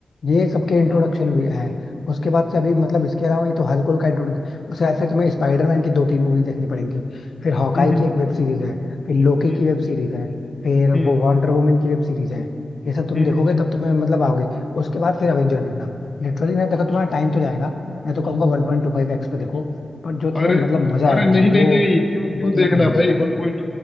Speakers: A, on the left (about 70°); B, on the left (about 35°).
A: ये सबके इंट्रोडक्शन
B: हाँ
A: भी है उसके बाद से अभी मतलब इसके अलावा ये तो हल्क का इंट्रोडक्शन उसके बाद से तुम्हें स्पाइडरमैन की दो तीन मूवी देखनी पड़ेंगी फिर हॉकाई
B: हम्म हम्म
A: की एक वेब सीरीज है फिर लोकी
B: हम्म
A: की वेब सीरीज है फिर
B: हम्म
A: वो वंडर वुमन की वेब सीरीज है ये सब तुम
B: हम्म
A: देखोगे
B: हम्म, हम्म,
A: तब तुम्हें मतलब आओगे उसके बाद फिर अवेंजर देखना लिटरली ना देखो
B: अच्छा
A: तुम्हारा टाइम तो जाएगा मैं तो कहूंगा one
B: हाँ
A: point
B: हाँ।
A: two five x पे देखो पर जो
B: अरे
A: तुम्हें मतलब मजा आएगा
B: अरे नहीं
A: ना वो
B: नहीं नहीं क्यों क्यों
A: वो तुम्हें
B: देखना
A: कहीं
B: है
A: नहीं
B: भाई
A: आएगा
B: वन पॉइंट